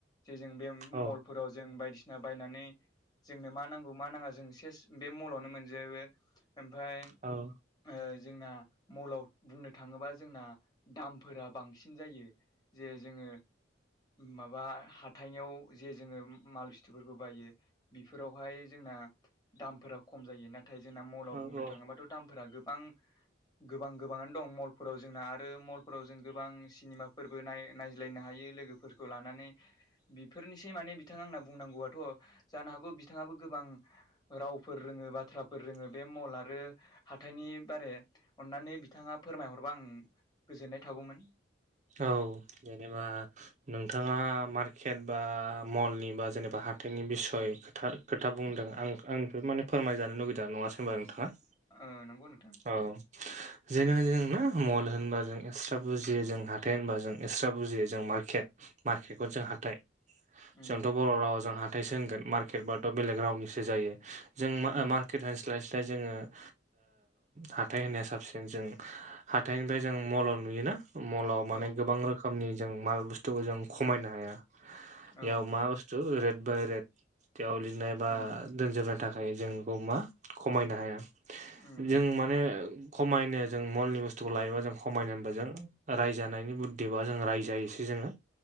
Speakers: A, on the left; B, on the right.
A: जे जों बे
B: औ
A: मल फोराव जों बायदिसिना बायनानै जोंनो मा नांगौ मा नाङा जों सेस बे मलावनो मोनजोबो ओमफाय
B: औ
A: ओ जोंना मलाव बुंनो थाङोबा जोंना दामफोरा बांसिन जायो। जे जोङो माबा हाथायनियाव जे जोङो माल बुस्थुफोरखौ बायो बेफोरावहाय जोंना दामफोरा खम जायो ना थाय जोंना मलाव
B: औ
A: बुंनो थाङोबाथ' दामफोरा गोबां गोबां गोबाङानो दं मल फोराव जोंना आरो मलफोराव जों गोबां सिनेमाफोरबो नाय नायज्लायनो हायो लोगोफोरखौ लानानै। बेफोरनिसै माने बिथाङा आंना बुंनांगौआथ' जानो हागौ बिथाङाबो गोबां रावफोर रोङो बाथ्राफोर रोङो बे मल आरो हाथायनि बारे। अन्नानै बिथाङा फोरमायहरबा आं गोजोननाय थागौमोन।
B: औ जेनेबा नोंथाङा मार्केट बा मलनि बा जेनेबा हाथायनि बिसय खोथा खोथा बुंदों आं आंनिफ्राय माने फोरमायजानो लुुगैदों नङासै होनबा नोंथाङा?
A: ओ नंगौ नोंथां।
B: औ जेनेबा जोंना मल होनबा जों एस ट्रा बुजियो जों हाथाइ होनबा जों एक्सट्रा बुजियो जों मार्केट मार्केटखौ जों हाथाइ
A: उम
B: जोंथ' बर' रावाव जों हाथाइसो होनगोन मार्केट बाथ' बेलेग रावनिसो जायो। जों
A: उम
B: मा-मार्केट होनस्लाय स्लाय जोङो ओ हाथाय होननाया साबसिन जों हाथाइनिफ्राय जों मलाव नुयोना मलाव
A: औ
B: माने गोबां
A: औ
B: रोखोमनि जों माल बुस्थुखौ जों खमायनो हाया
A: औ
B: बेयाव मा बुस तु रेद बाय रेड बेयाव लिरनाय बा
A: उम
B: <unintelligible> थाखाय जोंखौ मा खमायनो हाया
A: उम उम
B: जों माने खमायनो जों मलनि बुस्थुखौ लायोबा जों खमायनो बा जों रायजानायनि बुद्धि बा जों रायजायोसै जोङो।